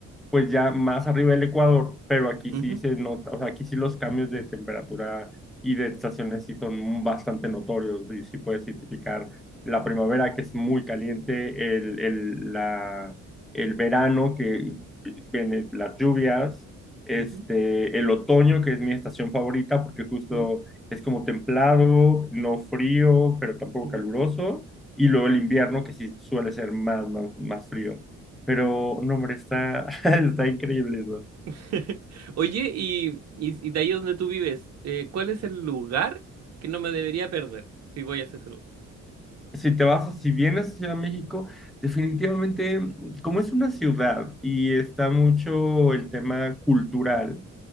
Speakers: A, in the centre; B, on the right.
A: pues ya más arriba del Ecuador, pero aquí
B: ujú,
A: sí se nota, o sea, aquí sí los cambios de temperatura y de estaciones sí son bastante notorios, y sí puedes identificar la primavera que es muy caliente, el, el, la, el verano que viene las lluvias, este,
B: ujú,
A: el otoño que es mi estación favorita porque justo
B: ujú,
A: es como templado, no frío, pero tampoco
B: ujú,
A: caluroso, y luego el
B: ujú.
A: invierno que sí suele ser más, más, más frío. Pero, no, hombre, está, <laughs> está increíble eso.
B: <laughs> Oye, y, y, y de ahí donde tú vives, eh, ¿cuál es el lugar que no me debería perder si voy a ese lugar?
A: Si te vas, si vienes a Ciudad de México, definitivamente, como es una ciudad y está mucho el tema cultural,